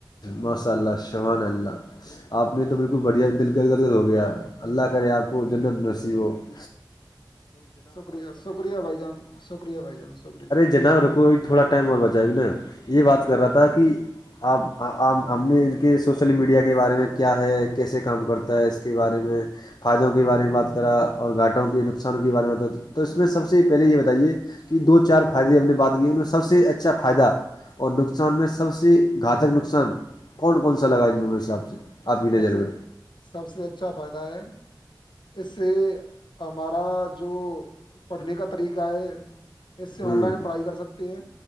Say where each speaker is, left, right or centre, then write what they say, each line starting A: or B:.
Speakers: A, on the left (about 60°); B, on the left (about 80°).
A: ماشاء اللہ شبان اللہ آپ نے تو بالکل بڑھیا دل گد گرگر ہو گیا اللہ کرے آپ کو جنت نسی وہ <inaudible>
B: شکریہ شکریہ بھائی جان شکریہ بھائی جان شکریہ
A: نہا رکو تھوڑا ٹائم اور بچا بھی نا یہ بات کر رہا تھا کہ آپ آپ ہم نے ان کے سوشل میڈیا کے بارے میں کیا ہے کیسے کام کرتا ہے اس کے بارے میں فائدوں کے بارے میں بات کرا اور گھاٹوں کے نقصانوں کے بارے میں ب تو اس میں سب سے پہلے یہ بتائیے کہ دو چار فائدے اپ نے بات کیئے ان سے سب سے اچھا فائدہ اور نقصان میں سب سے گھاتک نقصان کون کون سا لگائیں گے میرےس آپ سے آپ کی نظر
B: سب سے
A: میں
B: سب سے اچھا فائدہ ہے اس سے ہمارا جو پڑھنے کا طریقہ ہے اس سے
A: ہوں
B: آن لائن پڑھائی کر سکتے ہیں